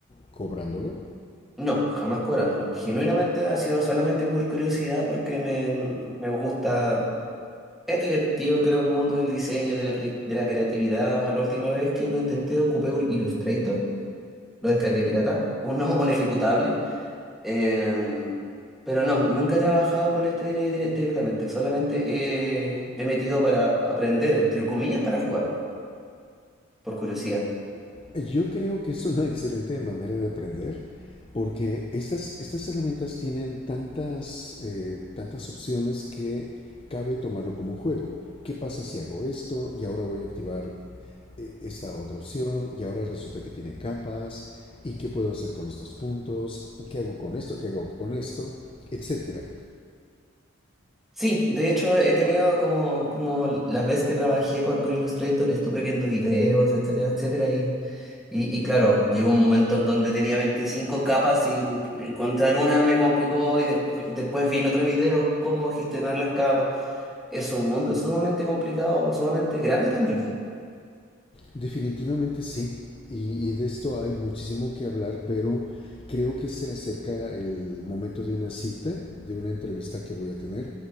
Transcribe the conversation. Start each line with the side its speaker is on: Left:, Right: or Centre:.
Left: cobrándolo?
Centre: No, jamás cobrándolo. Genuinamente ha sido solamente por curiosidad, porque me, me gusta, es divertido, creo, el mundo del diseño, de la, cre- de la creatividad. La última vez que lo intenté ocupé un Illustrator, lo descargué pirata, uno, <laughs> un ejecutable. Em, pero no, nunca he trabajado con esto dire- dire- directamente, solamente eh, me he metido para aprender, entre comillas, para jugar, por curiosidad.
Left: Yo creo que es una excelente manera de aprender porque estas, estas herramientas tienen tantas, eh, tantas opciones que cabe tomarlo como un juego. ¿Qué pasa si hago esto y ahora voy a activar eh, esta otra opción y ahora resulta que tiene capas? ¿Y qué puedo hacer con estos puntos? ¿Qué hago con esto? ¿Qué hago con esto? Etcétera.
Centre: Sí, de hecho he tenido como, como la vez que trabajé con, con Illustrator, estuve viendo videos, etcétera, etcétera, y, y, y claro, llegó un momento en donde tenía 25 capas y encontrar una me complicó y después, después vi en otro video cómo gestionar las capas. Es un mundo sumamente complicado, sumamente grande también.
Left: Definitivamente sí, y, y de esto hay muchísimo que hablar, pero creo que se acerca el momento de una cita, de una entrevista que voy a tener.